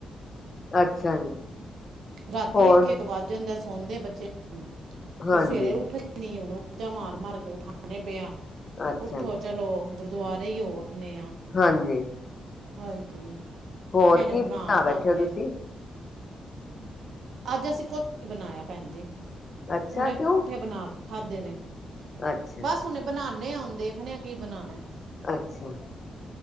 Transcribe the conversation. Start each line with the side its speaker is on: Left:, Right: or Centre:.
Left: ਅੱਛਾ ਜੀ।
Right: ਰਾਤੀ
Left: ਹੋਰ
Right: ਇੱਕ-ਇੱਕ ਵੱਜ ਜਾਂਦਾ ਸੌਦੇ ਬੱਚੇ,
Left: ਹਾਂਜੀ
Right: ਫਿਰ ਸਵੇਰੇ ਉੱਠ ਨੀ ਉਹਨੂੰ ਵਾਜਾ ਮਾਰ ਮਾਰ ਕੇ ਉਠਾਨੇ ਪੇ ਆ,
Left: ਅੱਛਾ
Right: ਉੱਠੋ
Left: ਜੀ,
Right: ਚਲੋ ਗੁਰਦੁਆਰੇ ਈ ਹੋ ਆਨੇ ਆ
Left: ਹਾਂਜੀ।
Right: ਹਾਂਜੀ,
Left: ਹੋਰ
Right: ਉਠੇ ਨੇ
Left: ਕੀ
Right: ਹੁਨ
Left: ਬਣਾ
Right: ਨਹਾਨ
Left: ਬੈਠੇ
Right: ਧੌਨਗੇ
Left: ਹੋ ਤੁਸੀਂ
Right: ਅੱਜ ਅਸੀਂ ਕੁਛ ਨੀ ਬਣਾਇਆ ਭੈਣਜੀ
Left: ਅੱਛਾ
Right: ਹੁਣੇ
Left: ਕਿਉਂ
Right: <unintelligible> ਬਣਾ ਕੇ ਖਾਦੇ ਨੇ
Left: ਅੱਛਾ
Right: ਬਸ
Left: ਜੀ
Right: ਹੁਨੇ ਬਣਾਨੇ ਆ ਹੁਣ ਦੇਖਣੇ ਆ ਕੀ ਬਣਾਣਾ
Left: ਅੱਛਾ,